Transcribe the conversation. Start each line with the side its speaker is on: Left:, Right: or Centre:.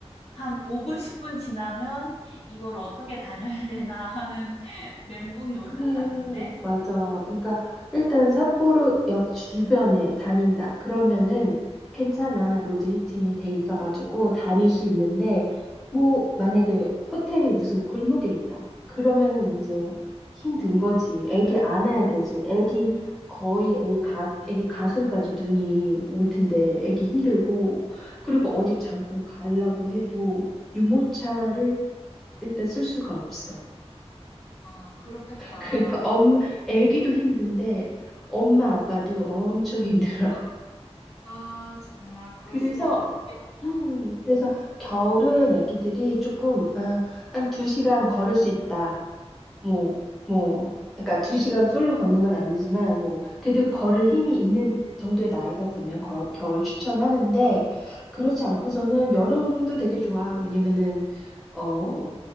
Left: 한 5분, 10분 지나면 이걸 어떻게 다녀야 되나 하는 <laughs> 멘붕이 올
Centre: 그래,
Left: 것 같은데.
Centre: 맞아. 그러니까 일단 삿포로역 주변에 다닌다. 그러면은 괜찮아. 로드 히팅이 돼 있어가지고 다닐 수 있는데 뭐 만약에 호텔이 무슨 골목에 있다. 그러면은 이제 힘든 거지. 애기 안아야 되지. 애기 거의 애기 가, 애기 가슴까지 눈이 올 텐데 애기 힘들고 그리고 어디 잠깐 가려고 해도 유모차를 일단 쓸 수가 없어.
Left: 아, 그렇겠다.
Centre: 그러니까 엄 애기도 힘든데 엄마 아빠도 엄청 힘들어. <laughs>
Left: 아, 정말 그럴
Centre: 그래서
Left: 수밖에 없겠다.
Centre: 음 그래서 겨울은 애기들이 조금 어, 한 두 시간 걸을 수 있다. 뭐 뭐 그러니까 두 시간 풀로 걷는 건 아니지만 뭐 그래도 걸을 힘이 있는 정도의 나이가 되면 거- 겨울 추천하는데 그렇지 않고서는 여름도 되게 좋아. 왜냐면은 어,